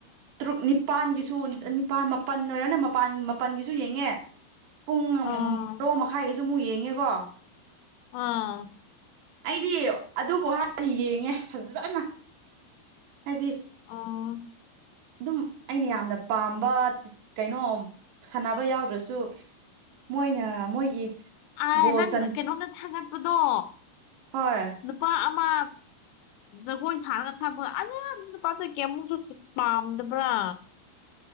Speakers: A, on the right (about 70°); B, on the left (about 80°).
A: ꯇꯔꯨꯛ ꯅꯤꯄꯥꯜꯒꯤꯁꯨ ꯅꯤꯄꯥꯜ ꯃꯥꯄꯜ ꯑꯣꯏꯔꯅꯦ ꯃꯄꯜ ꯃꯥꯄꯜꯒꯤꯁꯨ ꯌꯦꯡꯉꯦ
B: <unintelligible>
A: ꯄꯨꯡ
B: ꯑꯥ
A: ꯄꯔꯣ ꯃꯈꯥꯏꯒꯁꯨ ꯑꯃꯨꯛ ꯌꯦꯡꯉꯦꯀꯣ
B: ꯑꯥ
A: ꯑꯩꯗꯤ ꯑꯗꯨꯕꯨ ꯍꯗꯤ ꯌꯦꯡꯉꯦ ꯐꯖꯅ ꯍꯥꯏꯗꯤ
B: ꯑꯥ
A: ꯑꯗꯨꯝ ꯑꯩꯅ ꯌꯥꯝꯅ ꯄꯥꯝꯕ ꯀꯩꯅꯣ ꯁꯥꯟꯅꯕ ꯌꯥꯎꯗ꯭ꯔꯁꯨ ꯃꯣꯏꯅ ꯃꯣꯏꯒꯤ
B: ꯑ
A: ꯒꯣꯜ
B: ꯅꯪ
A: ꯆꯟ
B: ꯀꯩꯅꯣꯅ ꯊꯥꯡꯒꯠꯄꯗꯣ
A: ꯍꯣꯏ
B: ꯅꯨꯄꯥ ꯑꯃ ꯖꯒꯣꯏ ꯁꯥꯔꯒ ꯊꯕ ꯑꯅ ꯄꯊ ꯀꯦ ꯑꯃꯨꯛꯁꯨ ꯄꯥꯝꯗꯕ꯭ꯔꯥ